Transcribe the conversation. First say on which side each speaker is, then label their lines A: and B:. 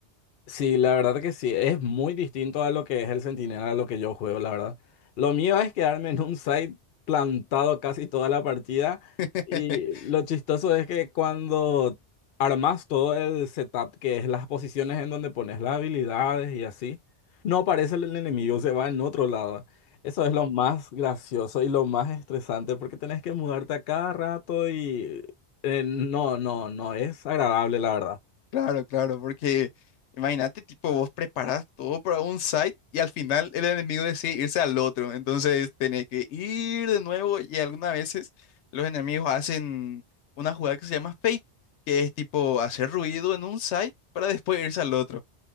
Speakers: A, on the left; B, on the left.
A: Sí, la verdad que sí, es muy distinto a lo que es el Centinela, a lo que yo juego, la verdad. Lo mío es quedarme en un site plantado casi toda la partida
B: <laughs>
A: y lo chistoso es que cuando armas todo el setup, que es las posiciones en donde pones las habilidades y así, no aparece el enemigo, se va en otro lado. Eso es lo más gracioso y lo más estresante porque tenés que mudarte a cada rato y eh, no, no, no, es agradable, la verdad.
B: Claro, claro, porque imagínate, tipo, vos preparás todo para un site y al final el enemigo decide irse al otro, entonces tenés que ir de nuevo y algunas veces los enemigos hacen una jugada que se llama fake, que es tipo hacer ruido en un site para después irse al otro.